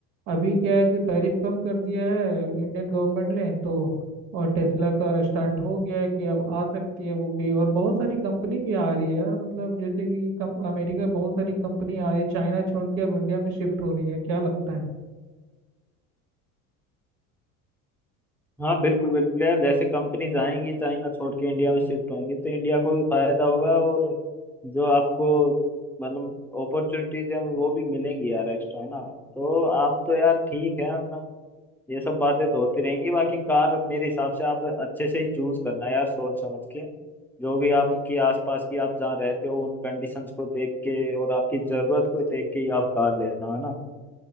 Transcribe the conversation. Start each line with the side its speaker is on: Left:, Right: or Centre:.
Right: अभी क्या है कि टैरिफ कम कर दिया है इंडियन गवर्नमेंट ने तो और टेस्ला का स्टार्ट हो गया है कि अब आ सकती है वो भी और बहुत सारी कंपनी भी आ रही है यार मतलब जैसे कि कम, अमेरिका बहुत सारी कंपनी आ रही है चाइना छोड़ के अब इंडिया में शिफ्ट हो रही है क्या लगता है
Centre: हाँ बिल्कुल बिल्कुल यार जैसे कंपनीज आएंगी चाइना छोड़ के इंडिया में शिफ्ट होंगी तो इंडिया को भी फायदा होगा और जो आपको मतलब अपॉर्चुनिटीज हैं वो भी मिलेंगी यार एक्स्ट्रा है ना तो आप तो यार ठीक है मतलब ये सब बातें तो होती रहेंगी बाकी कार मेरे हिसाब से आप अच्छे से ही चूज करना यार सोच समझ के जो भी आपकी आसपास की आप जहाँ रहते हो उन कंडीशंस को देख के और आपकी जरूरत को देख के ही आप कार लेना है ना